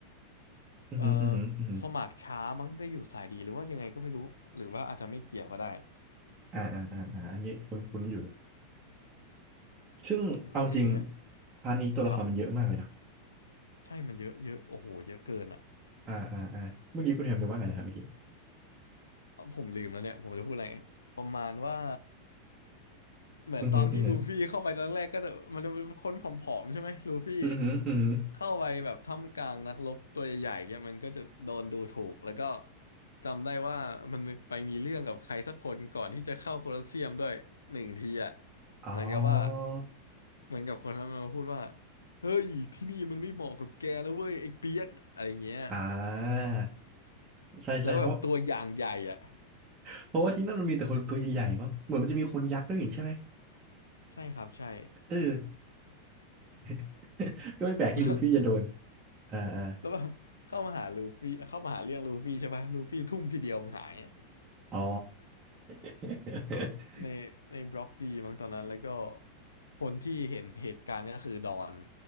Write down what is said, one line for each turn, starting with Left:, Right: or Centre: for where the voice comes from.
Right: อืมฮึอืมฮึอืมฮึ
Left: เออสมัครช้ามั้งได้อยู่สาย D หรือว่ายังไงก็ไม่รู้หรือว่าอาจจะไม่เกี่ยวก็ได้
Right: อ่าอ่าอ่าอ่าอันนี้คุ้นๆอยู่ซึ่งเอาจริง
Left: แล้วทีเนี้ย
Right: พาร์ทนี้ตัวละครมันเยอะมากเลยเนาะ
Left: ครับใช่มันเยอะเยอะโอ้โหเยอะเกินอ่ะ
Right: อ่าอ่าอ่าเมื่อกี้คุณแฮมจะว่าไงนะครับเมื่อกี้
Left: ผมลืมแล้วเนี่ยผมจะพูดอะไรประมาณว่า เหมือนตอนที่ลูฟี่เข้าไปตอนแรกก็จะมันจะเป็นคนผอมๆใช่ไหมลูฟี่
Right: อืมฮึอืมฮึอืมฮึอืมฮึ
Left: เข้าไปแบบท่ามกลางนักรบตัวใหญ่ๆเนี่ยมันก็จะโดนดูถูกแล้วก็จำได้ว่ามันไปมีเรื่องกับใครสักคนก่อนที่จะเข้าโคลอสเซียมด้วยหนึ่งทีอ่ะ
Right: อ๋อ
Left: เหมือนกับว่าเหมือนกับคนนั้นมันมาพูดว่าเฮ้ยที่นี่มันไม่เหมาะกับแกนะเว้ยไอ้เปียกอะไรเงี้ย
Right: อ่าใช่ใช่เพราะ
Left: แล้วแบบตัวอย่างใหญ่อ่ะ
Right: เพราะว่าที่นั่นมันมีแต่คนตัวใหญ่ๆมั้งเหมือนมันจะมีคนยักษ์ด้วยนี่ใช่ไหม
Left: ใช่ครับใช่
Right: เออ <laughs> ก็ไม่แปลกที่ลูฟี่จะโดน
Left: แล้ว
Right: อ่าอ่า
Left: แล้วแบบ <laughs> เข้ามาหาลูฟี่เข้ามาหาเรื่องลูฟี่ใช่ปะลูฟี่ทุ่มทีเดียวมันหายอะ
Right: อ๋อ <laughs>
Left: ในในบล็อกดีมั้งตอนนั้นแล้วก็คนที่เห็นเหตุการณ์ก็คือดอน